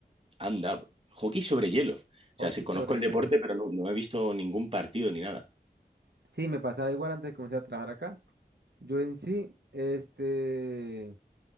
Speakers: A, on the right; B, on the right.
A: Anda, hockey sobre hielo. O sea,
B: Hockey
A: sí conozco
B: sobre
A: el
B: hielo.
A: deporte, pero no, no he visto ningún partido ni nada.
B: Sí, me pasaba igual antes de comenzar a trabajar acá. Yo en sí, este,